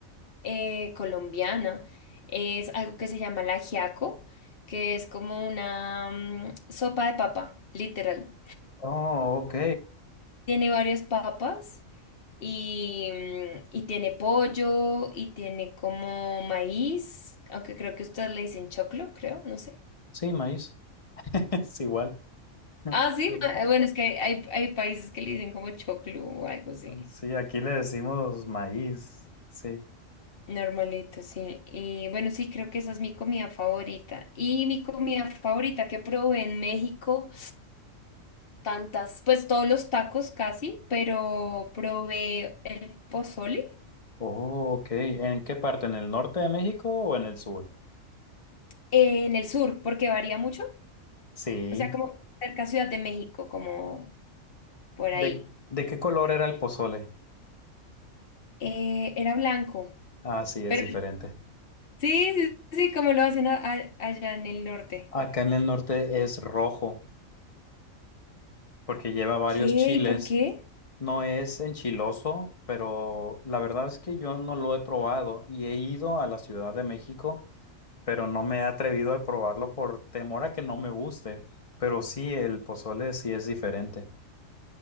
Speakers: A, on the left (about 45°); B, on the left (about 30°).
A: eh, colombiana es algo que se llama la ajiaco, que es como una mm, sopa de papa, literal.
B: Oh, ok.
A: Tiene varias papas y, mm, y tiene pollo y tiene como maíz, aunque creo que ustedes le dicen choclo, creo, no sé.
B: Sí, maíz, <laughs> es igual.
A: Ah, sí,
B: Sí.
A: ma- eh, bueno, es que hay, hay países que le dicen como choclo o algo así.
B: Sí, aquí le decimos maíz, sí.
A: Normalito, sí. Y bueno, sí, creo que esa es mi comida favorita. Y mi comida favorita que probé en México, tantas, pues todos los tacos casi, pero probé el pozole
B: Oh, ok. ¿En qué parte? ¿En el norte de México o en el sur?
A: en el sur, porque varía mucho.
B: Sí.
A: O sea, como cerca a Ciudad de México, como por
B: ¿De,
A: ahí.
B: de qué color era el pozole?
A: Eh, era blanco,
B: Ah, sí, es
A: pero
B: diferente.
A: sí, sí, sí, como lo hacen a- a- allá en el norte.
B: Acá en el norte es rojo porque lleva varios
A: ¿Qué?
B: chiles.
A: ¿Y por qué?
B: No es enchiloso, pero la verdad es que yo no lo he probado y he ido a la Ciudad de México, pero no me he atrevido a probarlo por temor a que no me guste. Pero sí, el pozole sí es diferente.